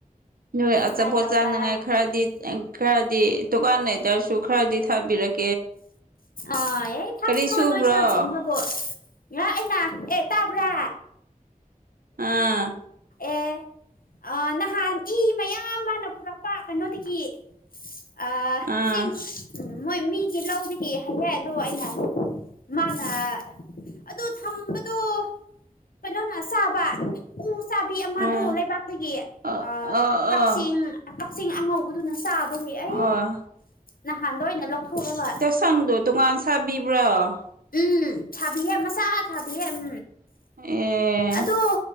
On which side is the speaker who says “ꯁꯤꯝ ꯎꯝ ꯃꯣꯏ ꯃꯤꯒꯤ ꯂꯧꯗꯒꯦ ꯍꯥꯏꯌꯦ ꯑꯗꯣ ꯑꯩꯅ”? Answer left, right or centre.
Left